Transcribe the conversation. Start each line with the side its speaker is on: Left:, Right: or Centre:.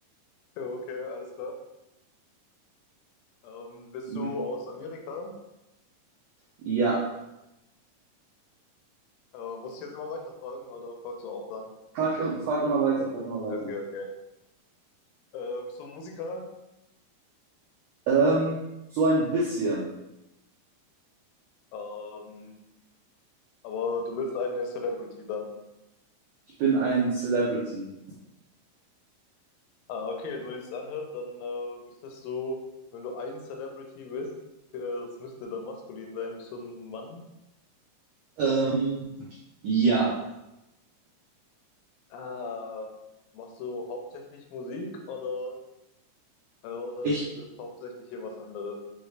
Left: Ja, okay, alles klar. Ähm, bist
Right: Ja.
Left: du aus Amerika?
Right: Ja.
Left: Äh, muss ich jetzt immer weiterfragen oder fragst du auch dann?
Right: Frag, im, frag immer weiter, frag immer weiter.
Left: Okay, okay. Äh, bist du Musiker?
Right: Ähm, so ein bisschen.
Left: Ähm, aber du bist eine Celebrity dann.
Right: Ich bin ein Celebrity.
Left: Ah, okay, so wie es anhört, dann äh, müsstest du, wenn du ein Celebrity bist, äh, das müsste dann maskulin sein. Bist du ein Mann?
Right: Ähm, ja.
Left: Ah, machst du hauptsächlich Musik oder Äh, Oder
Right: Ich
Left: ist das Hauptsächliche was anderes?